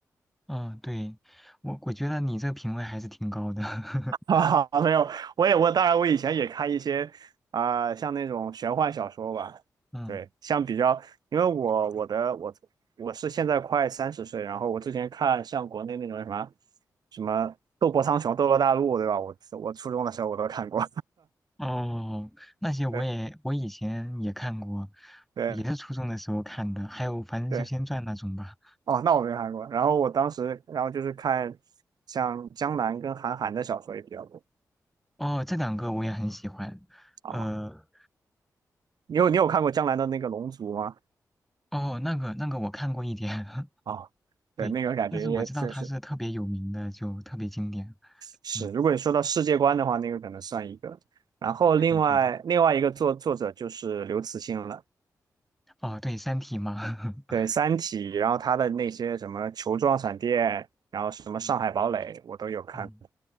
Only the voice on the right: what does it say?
啊，<laughs> 没有，我也我当然我以前也看一些啊、像那种玄幻小说吧，
对，像比较，因为我我的我我是现在快三十岁，然后我之前看像国内那种什么什么《斗破苍穹》《斗罗大陆》，对吧？我我初中的时候我都看过，
<laughs> 对对
对，哦，那我没看过。然后我当时，然后就是看像江南跟韩寒的小说也比较多
啊哦。
你有你有看过江南的那个《龙族》吗？
啊、
对，那个感觉也就是
是，
如果你说到世界观的话，那个可能算一个。然后另外另外一个作作者就是刘慈欣了，
对《三体》，然后他的那些什么球状闪电，然后什么上海堡垒，
我都有看。